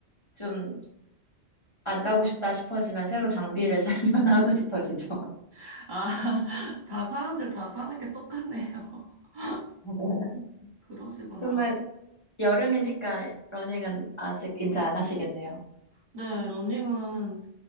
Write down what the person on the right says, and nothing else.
<laughs> 아, 다 사람들 다 사는 게 똑같네요. <laughs>
그러시구나.
네, 러닝은,